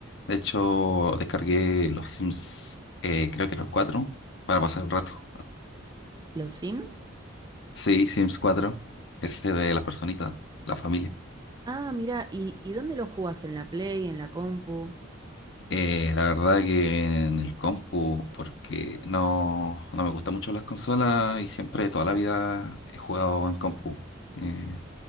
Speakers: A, on the left; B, on the right.
A: De hecho, descargué los Sims, eh, creo que los cuatro, para pasar el rato.
B: ¿Los Sims?
A: Sí, Sims cuatro ese de la personita, la familia.
B: Ah, mira, ¿y, y dónde los jugás? ¿En la Play, en la compu?
A: Eh, la verdad que en el compu, porque no, no me gustan mucho las consolas y siempre toda la vida he jugado en compu. Eh,